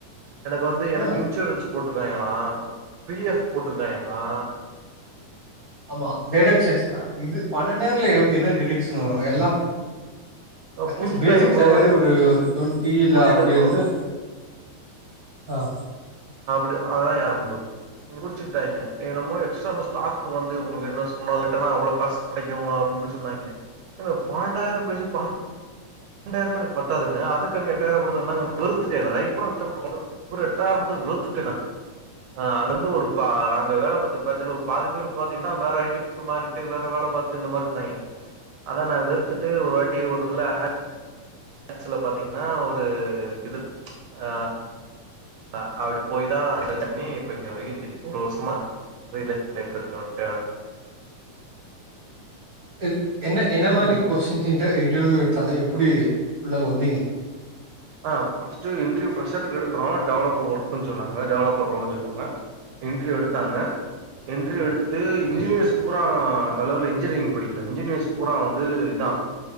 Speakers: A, on the right (about 70°); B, on the right (about 55°).
A: எனக்கு வந்து எனக்கு
B: ஆ
A: இன்சூரன்ஸ் போட் ட்ருக்காங்களா பி எஃப் போட்ருக்காய்ங்களா
B: ஆமா டெடக்ஷாஸ் அ இது பணண்டாயிரல என்ன டிடஷன் வரு எல்லா அட்லீஸ்
A: புடிச்சுட்டாய்ங்க
B: பேசிக்
A: ப்ரோ
B: சாலரி ஒரு டுவல்வ் டி இல்ல
A: புரியல
B: அப்படி
A: ப்ரோ
B: இருந்து ஆ
A: டி அதா யான் ப்ரோ புடிச்சுவுட்டாய்ங்க எனமோ எக்ஸ்ட ஸ்டாக் வந்து உங்களுக்கு என்ன சொன்னதுக்கெள்ளா அவ்ளோ காசு கிடைக்கும் அப்டி இப்டின்னு சொன்னாய்ங்க எங்க பனன்டாயிரம் பேசி பனன்டு டாயிரமே எனக்கு பத்தாதுங்க அதுகனு எட்டாயிரம் கொடுத்தா என்னங்க வெறுத்துட்ட நா நைட் பூரா கஷ்டப்பட்டது வெறு எட்டார்த்துக் வெறுத்துட்ட நா ஆ அங்கருந்து ஒரு ப நாங்க வேல பாத்த பஜ்சுல ஒரு பாதி பேர் பாத்தீங்கன்னா வேற ஐ மாறிட்டு வேற வேல பாத்துட்டு இந்த மாரி இருந்தாங்க அதா நா வெறுத்துட்டு ஒரு வாட்டி ஒரு இதல அ மேக்ஸ்ல பாத்தீங்கன்னா ஒரு இது அ அ அப்டி போய் தா ரிசர்ச் பண்ணி இப்ப இது வரைக் <unintelligible> ஒரு வருஷமா ரியலைஸ் <unintelligible>
B: <inaudible> என் என்ன என்ன
A: ம்
B: மாரி கொஸ்டின் இன்டர் இன்டர்வியூ எடுத்தாங்க எப்டி உள்ள வந்தீங்க
A: அ ஃபஸ்ட்டு இன்டர்வ்யு ஃப்ரெஷர்க்கு எடுக்குறோ டெவலப்பர் ஒர்க்ன்னு சொன்னாங்க டெவலப்பர் ரோல்ன்னு சொன்னாங்க இன்ட்ர்வ்யு எடுத்தாங்க இன்டர்வ்யு எடுத்துட்டு இன்ஜினியர்ஸ்
B: சரி
A: பூரா நல்ல வேல இன்ஜினியரிங் படிக்கல இன்ஜினியர்ஸ் பூரா வந்து இதா